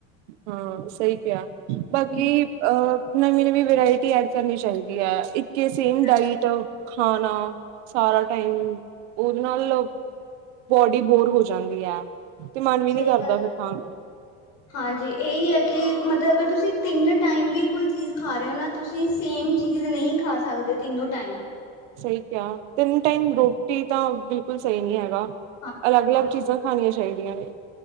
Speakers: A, on the right; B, on the left.
A: ਹਾਂ, ਸਹੀ ਕਿਹਾ, ਬਾਕੀ
B: ਹਮ
A: ਇਹ, ਨਵੀਂ-ਨਵੀਂ ਵਰਾਇਟੀ ਐਡ ਕਰਨੀ ਚਾਹੀਦੀ ਹੈ। ਇੱਕ ਸੇਮ
B: ਹਾਂਜੀ
A: ਡਾਇਟ ਖਾਣਾ ਸਾਰਾ ਟਾਈਮ ਉਹਦੇ ਨਾਲ ਬੋਡੀ ਬੋਰ ਹੋ ਜਾਂਦੀ ਹੈ। ਤੇ ਮਨ ਵੀ ਨਹੀਂ
B: ਸਹੀ
A: ਕਰਦਾ,
B: ਗੱਲ ਹੈ
A: ਫੇਰ ਖਾਣ ਨੂੰ।
B: ਹਾਂਜੀ, ਇਹੀ ਹੈ। ਕਿ ਮਤਲਬ ਅਗਰ ਤੁਸੀਂ ਤਿੰਨ ਟਾਈਮ ਵੀ ਕੋਈ ਚੀਜ਼ ਖਾ ਰਹੇ ਹੋ। ਨਾ ਤੁਸੀਂ ਸੇਮ ਚੀਜ਼ ਨਹੀਂ ਖਾ ਸਕਦੇ। ਤਿੰਨੋਂ ਟਾਈਮ
A: ਸਹੀ ਕਿਹਾ, ਤਿੰਨ ਟਾਈਮ ਰੋਟੀ ਤਾਂ ਬਿਲਕੁਲ, ਸਹੀ ਨਹੀਂ ਹੈਗਾ।
B: ਹਾਂਜੀ
A: ਅਲੱਗ-ਅਲੱਗ ਚੀਜ਼ਾਂ ਖਾਣੀਆਂ ਚਾਹੀਦੀਆਂ ਨੇ।